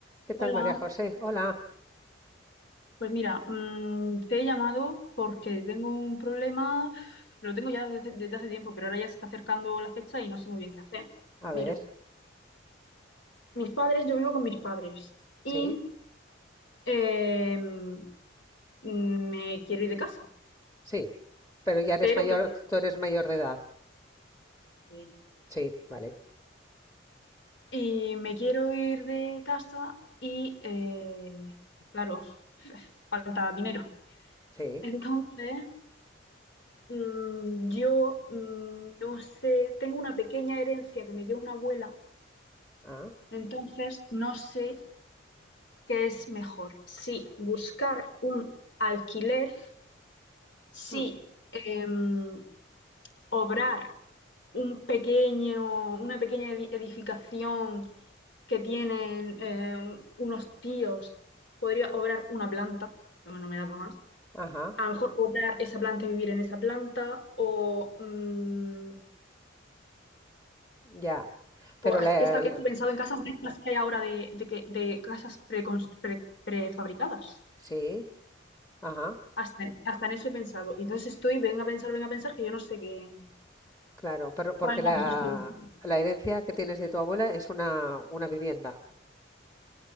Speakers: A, on the left (about 15°); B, on the left (about 65°).
A: ¿Qué tal,
B: Hola,
A: María José? Hola.
B: pues mira, mm, te he llamado porque tengo un problema, lo tengo ya desde, desde hace tiempo, pero ahora ya se está acercando la fecha y no sé muy bien qué hacer.
A: A
B: Mira,
A: ver,
B: mis padres, yo vivo con mis padres y
A: sí,
B: eh, mm, me quiero ir de casa,
A: sí. Pero ya eres
B: pero
A: mayor,
B: claro,
A: tú eres mayor de edad.
B: eh,
A: Sí, vale.
B: y me quiero ir de casa y eh, claro, falta dinero.
A: Sí.
B: <laughs> Entonces, mm, yo mm, no sé, tengo una pequeña herencia que me dio una abuela
A: Ah.
B: Entonces, no sé qué es mejor. Si buscar un alquiler, si
A: mm,
B: em, obrar un pequeño, una pequeña edi- edificación que tienen eh, unos tíos, podría obrar una planta, no, no me da para más.
A: Ajá,
B: A lo mejor obrar esa planta y vivir en esa planta, o, mm,
A: ya. Pero
B: o hasta-
A: la,
B: he, esta-
A: la-
B: he pensado en casas de estas que hay ahora de, de que- de casas precons- pre- prefabricadas.
A: sí, ajá,
B: Hasta, en- hasta en eso he pensado. Y entonces estoy, venga a pensar, venga a pensar, que yo no sé qué,
A: claro. Pero porque
B: cuál es
A: la,
B: la mejor solución.
A: la herencia que tienes de tu abuela es una, una vivienda.